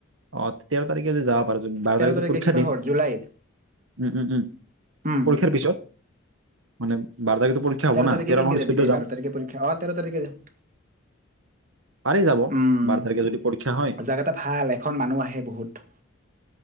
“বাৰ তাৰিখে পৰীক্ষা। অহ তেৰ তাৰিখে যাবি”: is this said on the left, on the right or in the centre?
Right